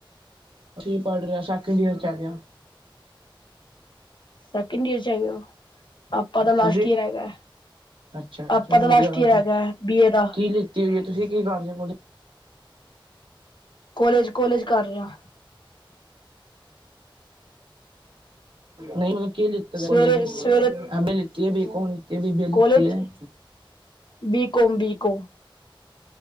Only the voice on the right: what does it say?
ਅਸੀਂ ਪੜ ਰਿਹਾ ਸੈਕਿੰਡ ਈਅਰ ਚ ਹੈਗੇ ਆ ਗਿਆ।
ਤੁਸੀਂ।
ਅੱਛਾ
ਚਲੋ
ਵਧੀਆ
ਗੱਲ
ਹੈ
ਕੀ ਲਿਖਤੀ ਹੋਈ ਹੈ ਤੁਸੀਂ ਕੀ ਕਾਰਜ ਕੋਲ
ਨਹੀਂ ਮਤਲਬ ਕੀ ਲਿੱਤਾ ਦਾ
ਕਾਲਜ ਵਿੱਚ
ਐਮ ਏ ਲਿਤੀ ਏ, ਬੀਕੋਮ ਲਿਤੀ ਏ, ਕਿ ਬੀ ਬੀ ਏ
ਲਿਤੀ ਏ। <inaudible>